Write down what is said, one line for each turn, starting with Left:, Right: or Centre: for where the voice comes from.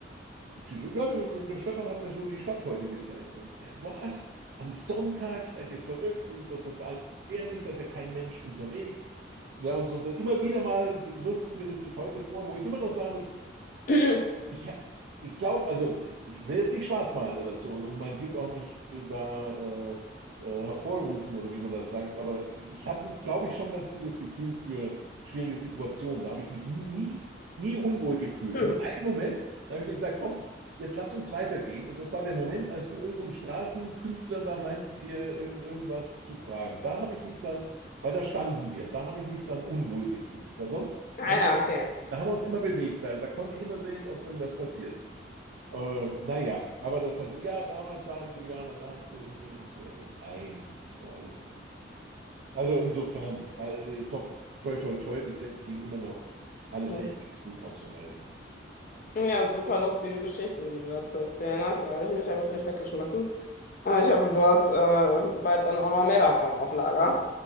Right: Sie so, ja, der Stefan hat mir so die Stadt heute gezeigt. Und er, was? Am Sonntag seid ihr verrückt? Das ist doch total gefährlich, da ist ja kein Mensch unterwegs. Ja, und so. Dann immer wieder mal wirft sie mir das bis heute vor, wo ich immer noch sagen muss,
Left: <laughs>
Right: ich, ha- ich glaube, also es- ich will jetzt nicht schwarz malen oder so und mein Glück auch nicht da äh, äh, hervorrufen oder wie man das sagt, aber ich hatte, glaube ich, schon ein ganz gutes Gefühl für schwierige Situationen. Da habe ich mich nie, nie unwohl gefühlt.
Left: <clears throat>
Right: Nur einen Moment, da habe ich dir gesagt, komm, jetzt lass uns weitergehen. Und das war der Moment, als du irgend so einen Straßenkünstler da meinst, hier irgend, irgendwas zu fragen. Da habe ich mich dann, weil da standen wir, da habe ich mich dann unwohl gefühlt. Weil sonst
Left: Ah
Right: haben
Left: ja,
Right: wir
Left: okay.
Right: da haben wir uns immer bewegt. Da, da konnte ich immer sehen, ob irgendwas passiert. Äh, naja, aber das heißt, ja, damals da in Guyana, da hast du ja hier und so weiter. Nein, das war alles gut. Also insofern, äh, äh, top, toi, toi, toi, bis jetzt ging immer noch alles
Left: Mhm.
Right: eigentlich ganz gut aufzureißen.
Left: Ja, super lustige Geschichten, die du da zu erzählen hast. Da habe ich mich ja wirklich weggeschmissen. Aber ich hoffe, du hast äh, bald dann auch noch mehr davon auf Lager.